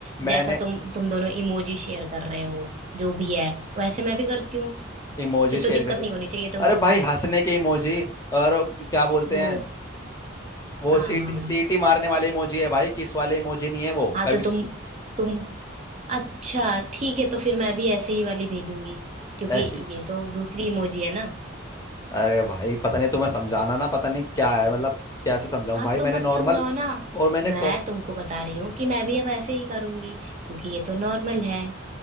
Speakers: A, on the right; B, on the left.
A: जैसा
B: मैंने
A: तुम तुम दोनों इमोजी शेयर कर रहे हो जो भी है वैसे मैं भी करती हूँ
B: इमोजी
A: फिर
B: शेयर
A: तो दिक्कत
B: कर रहे
A: नहीं
B: हैं
A: होनी चाहिए तुमको
B: अरे भाई हंसने के इमोजी और क्या बोलते
A: वो
B: हैं वो
A: हाँ
B: सीटी
A: हाँ
B: सीटी
A: हाँ
B: मारने वाले इमोजी है भाई किस वाले इमोजी नहीं है वो
A: हाँ
B: कभी
A: तो तुम तुम अच्छा ठीक है तो फिर मैं भी ऐसे ही वाली भेजूंगी क्योंकि
B: ऐसी
A: ये तो दूसरी इमोजी है ना
B: अरे भाई पता नहीं तुम्हें समझाना ना पता नहीं क्या है मतलब कैसे समझाऊं
A: हाँ
B: भाई
A: तो
B: मैंने
A: मत
B: नॉर्मल
A: समझाओ ना
B: और मैंने
A: मैं
B: कॉफ
A: तुमको बता रही हूँ कि मैं भी अब ऐसे ही करूंगी क्योंकि ये तो नॉर्मल है